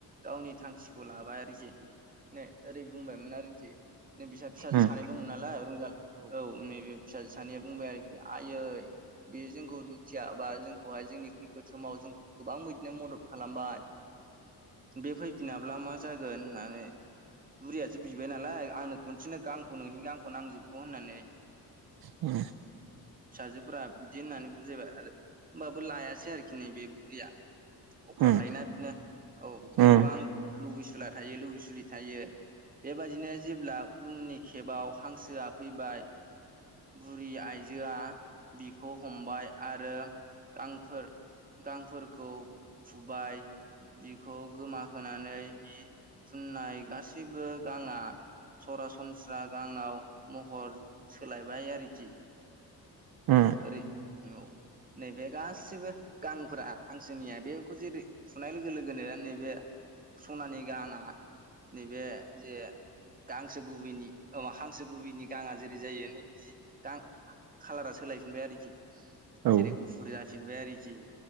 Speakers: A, on the right; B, on the right.
A: गावनि थांखिखौ लाबाय आरोखि नै ओरै बुंबायमोन आरोखि नै फिसा फिसा
B: उम
A: सानै दंमोन नालाय रंजाल औ नै बे फिसा सानैया बुंबाय आरोखि आयै बेयो जोंखौ दुखिया बा जोंखौहाय जोंनि खैफोद समाव जोंखौ गोबां बिदिनो मदद खालामबाय बे फैफिनाब्ला मा जागोन होननानै बुरियासो बिबाय नालाय आंनो खनसेनो गांखौ नोंनि गांखौ नांजोबगौ होननानै
B: औ
A: फिसाजोफोरा बिदि होननानै बुजायबाय आरो होमबाबो लायासै आरोखि नै बे बुरैया अख्रा
B: उम
A: थायोना बिदिनो औ बिदिनो
B: उम
A: गोबां लुबैसुला थायो लुबैसुलि थायो बेबायदिनो जेब्ला उननि केबाव हांसोआ फैबाय बुरि आइजोआ बिखौ हमबाय आरो गांफोर गांफोरखौ फुबाय बिखौ गोमा होनानै बिनि फुननाय गासैबो गाङा सरासनस्रा गांआव महर सोलायबाय आरोखि
B: उम उम
A: ओरै औ नैबे गासैबो गांफोरा हांसोनिया बेखौ जेरै फुनाय लोगो लोगोनो नैबे सनानि गाङा नैबे जे हांसो गुबैनि अ हांसो गुबैनि गाङा जेरै जायो नै गां खालारा सोलायफिनबाय आरोखि
B: औ उम औ
A: जेरै गुफुर जाफिनबाय आरोखि